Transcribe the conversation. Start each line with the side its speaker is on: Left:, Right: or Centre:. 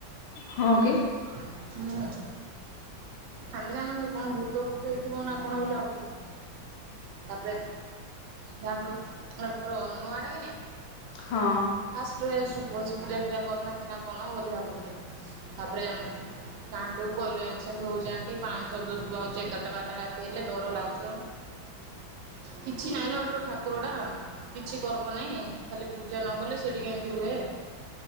Left: ହଁ କି।
Right: ହୁଁ। ଆମେ ଜାଣିନଥିଲୁ କଣ ଭୂତ ଭୂତ ହେଇଥିବନା କଣ ବୋଲି ଭାବୁଥିଲୁ। ତାପରେ ଭାବିଲୁ ଘର ନୂଆଟା କି ନାଇ।
Left: ହଁ
Right: <unintelligible> ଭଲସେ ପୂଜାଫୂଜା କରିନାହାନ୍ତି ନା କଣ ବୋଲି ଭାବୁଥିଲୁ ତାପରେ ସେ ଆଣ୍ଟିକୁ କହିଲୁ ଏମିତି ସେମିତି ହଉଛି ଆଂଟି ପାଉଁଜି ଶୁବାଯାଉଛି ଏଗାରଟା ବାରଟା ରାତି ହେଲେ ଡର ଲାଗୁଛି କିଛି ନାହିଁଲୋ ଉଠୁ ଠାକୁରଟା। କିଛି କରବ ନାହିଁ ଖାଲି ପୂଜା ନ କଲେ ସେଠି କେମିତି ହୁଏ।